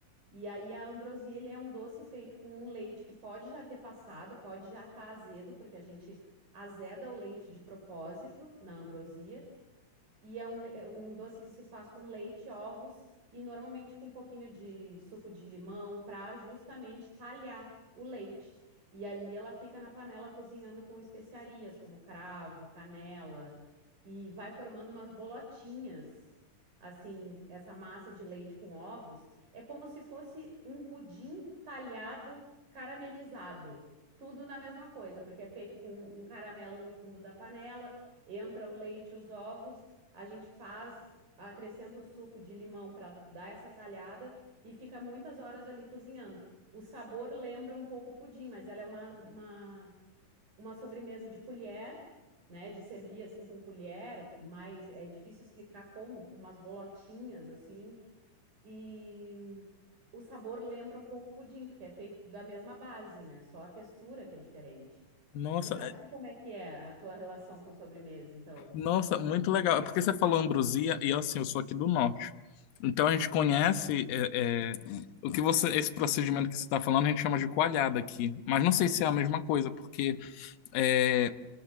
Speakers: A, on the right; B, on the left.
A: E aí a ambrosia, ele é um doce feito com um leite que pode já ter passado, pode já estar azedo, porque a gente azeda o leite de propósito na ambrosia, e é um, le- é um doce que se faz com leite, ovos e normalmente com um pouquinho de suco de limão para justamente talhar o leite. E ali ela fica na panela cozinhando com especiarias como cravo, canela e vai formando umas bolotinhas. Assim, essa massa de leite com ovos é como se fosse um pudim talhado caramelizado. Tudo na mesma coisa, porque é feito com um caramelo no fundo da panela, entra o leite, os ovos a gente faz, acrescenta o suco de limão para dar essa talhada e fica muitas horas ali cozinhando. O sabor lembra um pouco o pudim, mas ela é uma, uma, uma sobremesa de colher, né? De servir assim com colher, mas é difícil explicar como, com umas bolotinhas assim. E o sabor lembra um pouco o pudim, porque é feito da mesma base, né? Só a textura que é diferente.
B: nossa,
A: E para ti, como é que é a tua relação com sobremesa, então?
B: Nossa, muito legal. É porque você falou Ambrosia e assim, eu sou aqui do norte. Então a gente conhece é, é, o que você, esse procedimento que você está falando, a gente chama de coalhada aqui. Mas não sei se é a mesma coisa, porque é,